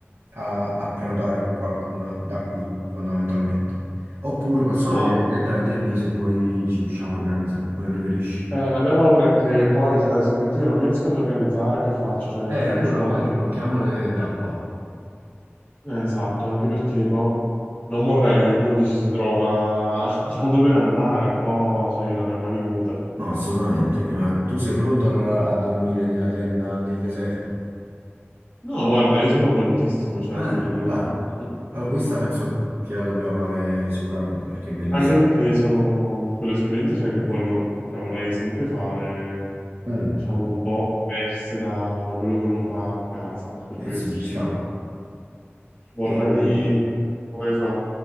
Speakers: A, on the right (about 75°); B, on the left (about 30°).
A: a- a prenotare qualcuna da qui, fondamentalmente. Oppure possiamo
B: No,
A: vedere direttamente lì se poi ci riusciamo a organizzare, come preferisci.
B: eh, la mia paura è che poi, cioè, se metti che non mi riesco ad organizzare, che faccio? Cioè,
A: Eh, allora
B: non ci vado.
A: magari blocchiamole da qua.
B: Eh, Esatto, anche perché poi non vorrei che uno dici si trova <laughs> non dove andare, e poi cioè, ritorni a mani vuote.
A: No, assolutamente, ma tu sei pronto allora a dormire nella tenda nel deserto?
B: No, guarda, io sono prontissimo, cioè
A: Eh,
B: figurati, io
A: dai.
B: non ho problemi.
A: Allora, questa penso che la dobbiamo fare sicuramente perché è bellissima.
B: Anche perché sono quell'esperienza cioè, che voglio, cioè, vorrei sempre fare,
A: Mm,
B: diciamo, un po' diverse da, da quello che uno fa a casa, per
A: eh
B: questo
A: sì, ci
B: dico.
A: sta.
B: Vorrei,
A: E
B: vorrei fare...